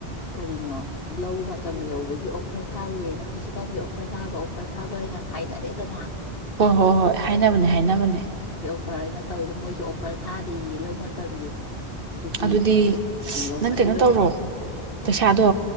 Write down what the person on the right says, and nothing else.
ꯍꯣꯏ ꯍꯣꯏ ꯍꯣꯏ ꯍꯥꯏꯅꯕꯅꯦ ꯍꯥꯏꯅꯕꯅꯦ
ꯑꯗꯨꯗꯤ
ꯅꯪ ꯀꯩꯅꯣ ꯇꯧꯔꯣ ꯄꯩꯁꯥꯗꯣ